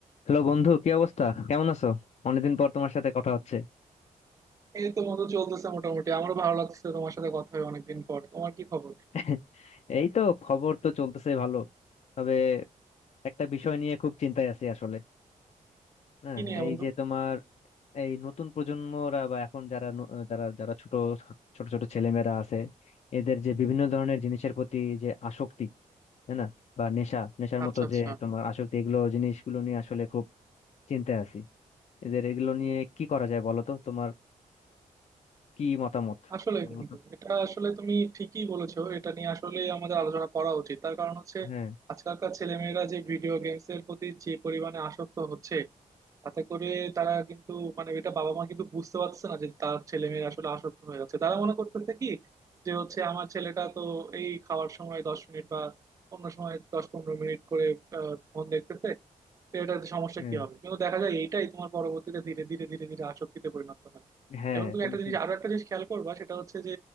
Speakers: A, on the left; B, on the right.
A: Hello বন্ধু কি অবস্থা কেমন আছো অনেকদিন পর তোমার সাথে কথা হচ্ছে
B: এই তো বন্ধু চলতেছে মোটামুটি আমারও ভালো লাগছে তোমার সাথে কথা হয় অনেকদিন পর তোমার কি খবর
A: <laughs> এই তো খবর তো চলতেছে ভালো তবে একটা বিষয় নিয়ে খুব চিন্তায় আছি আসলে হ্যাঁ
B: কি নিয়ে
A: এই
B: বন্ধু
A: যে তোমার এই নতুন প্রজন্মরা বা এখন যারা ন- যারা যারা ছোট ছোট ছোট ছেলেমেয়েরা আছে এদের যে বিভিন্ন ধরনের জিনিসের প্রতি যে আসক্তি তাই না বা নেশা নেশার
B: আচ্ছা
A: মতো
B: আচ্ছা
A: যে তোমার আসক্তি এগুলো জিনিসগুলো নিয়ে আসলে খুব চিন্তায় আছি এদের এগুলো নিয়ে কি করা যায় বলো তো তোমার কি মতামত
B: আসলে
A: বলো
B: বন্ধু
A: তো
B: এটা আসলে তুমি ঠিকই বলেছো এটা নিয়ে আসলে আমাদের আলোচনা করা উচিত তার কারণ হচ্ছে
A: হ্যাঁ
B: আজকালকার ছেলেমেয়েরা যে ভিডিও গেমস এর প্রতি যে পরিমাণে আসক্ত হচ্ছে তাতে করে তারা কিন্তু মানে এটা বাবা মা কিন্তু বুঝতে পারছে না যে তার ছেলে মেয়েরা আসলে আসক্ত হয়ে যাচ্ছে তারা মনে করতেছে কি যে হচ্ছে আমার ছেলেটা তো এই খাওয়ার সময় দশ মিনিট বা অন্য সময় দশ পনেরো মিনিট করে আহ, ফোন দেখতেছে তো এটাতে সমস্যা
A: হ্যাঁ
B: কি হবে কিন্তু দেখা যায় এইটাই তোমার পরবর্তীতে ধীরে ধীরে ধীরে ধীরে আসক্তিতে পরিণত হয়
A: হ্যাঁ
B: এবং তুমি
A: তুমি
B: একটা জিনিস
A: ঠিক
B: আরো একটা জিনিস খেয়াল করবা সেটা হচ্ছে যে